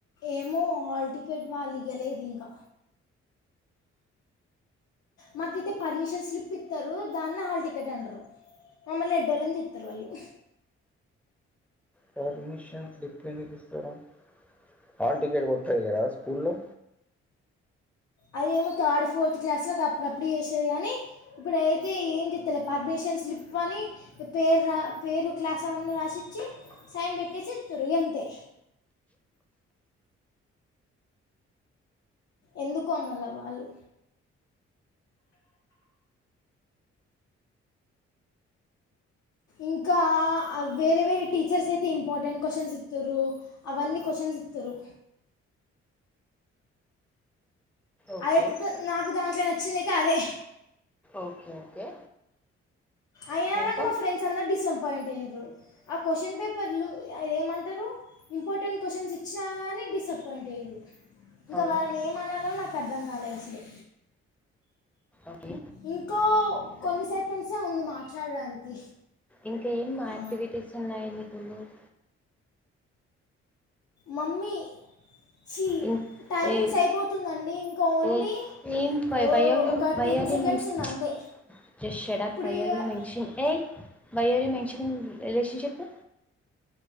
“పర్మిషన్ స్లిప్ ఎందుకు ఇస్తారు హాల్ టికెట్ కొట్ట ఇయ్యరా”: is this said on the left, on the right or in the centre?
Centre